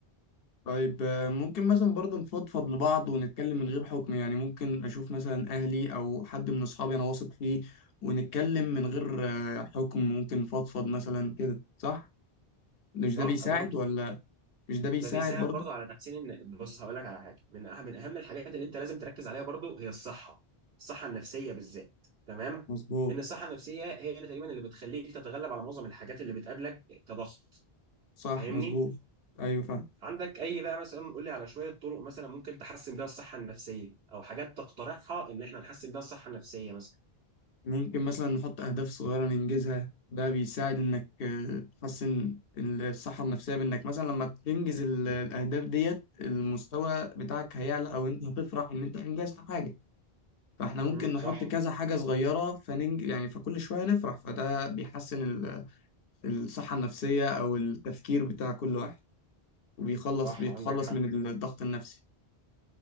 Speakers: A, on the left; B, on the right.
A: طيب آه، ممكن مثلا برضه نفضفض لبعض ونتكلم من غير حكم يعني ممكن أشوف مثلا أهلي أو حد من أصحابي أنا واثق فيه ونتكلم من غير آه، حكم ممكن نفضفض مثلا كده صح؟ مش
B: صح
A: ده بيساعد
B: برضه
A: ولا مش ده بيساعد
B: ده بيساعد
A: برضه؟
B: برضو على تحسين ان بص هقول لك على حاجه من اهم من اهم الحاجات اللي انت لازم تركز عليها برضو هي الصحه الصحه النفسيه بالذات تمام
A: مظبوط
B: لان الصحه النفسيه هي اللي تقريبا اللي بتخليك تتغلب على معظم الحاجات اللي بتقابلك كضغط
A: صح
B: فاهمني
A: مظبوط أيوه فاهم
B: عندك اي بقى مثلا قول لي على شويه طرق مثلا ممكن تحسن بيها الصحه النفسيه او حاجات تقترحها ان احنا نحسن بيها الصحه النفسيه مثلا
A: ممكن مثلا نحط أهداف صغيرة ننجزها ده بيساعد إنك آه، تحسن الصحة النفسية بإنك مثلا لما تنجز ال- الأهداف ديت المستوى بتاعك هيعلى أو أنت هتفرح إن أنت أنجزت حاجة فاحنا ممكن
B: امم
A: نحط
B: صح
A: كذا حاجة صغيرة فننج يعني فكل شوية نفرح فده بيحسن ال- الصحة النفسية أو التفكير بتاع كل واحد وبيخلص
B: صح
A: بيتخلص
B: عندك حق
A: من الضغط النفسي